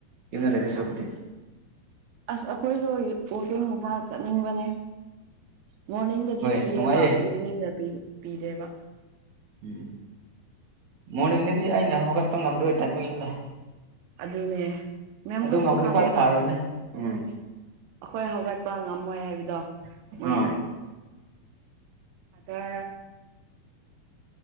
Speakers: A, on the right (about 55°); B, on the right (about 85°).
A: ꯌꯨꯝꯅ ꯂꯩꯕ ꯁꯔꯨꯛꯄꯨꯗꯤ
B: ꯑꯥ ꯑꯁ ꯑꯩꯈꯣꯏꯁꯨ ꯋꯥꯛꯀꯤꯡꯒꯨꯝꯕ ꯆꯠꯅꯤꯡꯕꯅꯦ ꯃꯣꯔꯅꯤꯡꯗꯗꯤ
A: ꯍꯣꯏ
B: ꯄꯤꯌꯦꯕ
A: ꯅꯨꯡꯉꯥꯏꯌꯦ
B: ꯏꯚꯤꯅꯤꯡꯗ ꯄꯤꯗꯦꯕ
A: ꯎꯝ ꯃꯣꯔꯅꯤꯡꯗꯗꯤ ꯑꯩꯅ ꯍꯧꯒꯠꯄ ꯉꯝꯗꯣꯏ ꯇꯟꯃꯤꯉꯗꯨꯗ
B: ꯑꯗꯨꯅꯦ ꯃꯦꯝꯈꯣꯏꯁꯨ
A: ꯉꯝꯃꯗꯤ
B: ꯈꯪꯉꯦꯕ
A: ꯈ꯭ꯋꯥꯏ ꯐꯔꯕꯅꯦ ꯎꯝ
B: ꯑꯩꯈꯣꯏ ꯍꯧꯒꯠꯄ ꯉꯝꯃꯣꯏ ꯍꯥꯏꯕꯗꯣ ꯃꯣꯏꯅ
A: ꯑꯥ
B: ꯑꯗ